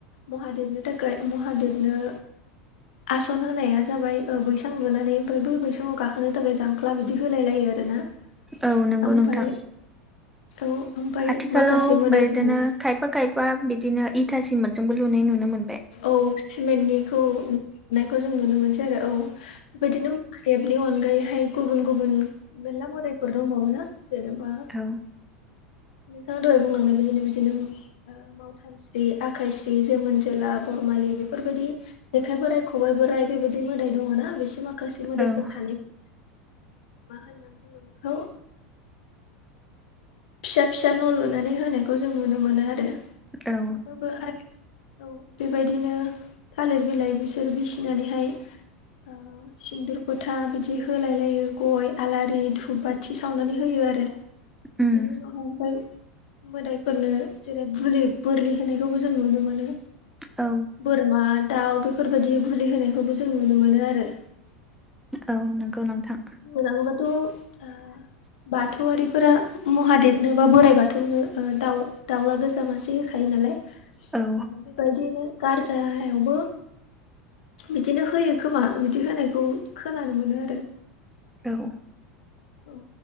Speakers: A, on the left; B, in the centre.
A: महादेबनो थाखाय महादेबनो आसान होनाया जाबाय बैसां लुनानै ओमफ्राय बै बैसङाव गाखोनो थाखाय जां अ बिदि होलाय लायो आरोना
B: औ नंगौ
A: ओमफ्राय
B: नोंथां
A: औ ओमफ्राय
B: आथिखालाव
A: माखासे मोदायफोरनो
B: बिदिनो खाय खायफा खायफा बिदिनो इथा सिमटजोंबो लुनाय नुनो मोनो
A: औ सिमेन्टनिखौ लुनायखौ जों नुनो मोनसै आरो औ बेबायदिनो बेनि अनगायैहाय गुबुन गुबुन मेरला मोदायफोर दंबावोना जेनेबा
B: औ
A: नोंथाङा दहाय बुंलांनाय बिदिनो बिदिनो मावथानस्रि आखायस्रि जोमोनस्रि जेला बरमालि बेफोरबायदि जेखाइ बोराइ खबाइ बोराइ बेबायदि मोदाय दङ ना बिसि माख माखाै मोदाइफोर
B: औ
A: थानायखौ मा होनना बुङो बेखौ फिसा फिसा न' लुनानै होनायखौ जों नुनो मोनो आरो
B: औ
A: बोहाय औ बेबायदिनो थालिर बिलाइ बिसोर बिसिनानैहाय
B: <inaudible>
A: ओ सिन्दुर फोथा बिदि होलाय लायो गय आलारि धुप बाथि सावनानै होयो आरो
B: उम
A: बेनो उनाव हाय <unintelligible> मोदायफोरनो जेरै बुलि बोरलि होनायखौबो जों नुनो मोनो
B: औ।
A: बोरमा दाउ बेफोरबायदि बुलि होनायखौबो जों नुनो मोनो आरो।
B: औ नंगौ नोंथां।
A: मोजांबाथ' आ
B: <inaudible>
A: बाथौआरिफोरा महादेबनो बा बोराइ बाथौनो दाउ दाउला गोजा मासे होखायो नालाय।
B: औ।
A: ओ बेबायदिनो गारजायावबो बिदिनो होयो खोमा बिदि होनायखौ खोनानो मोनो आरो।
B: औ।
A: औ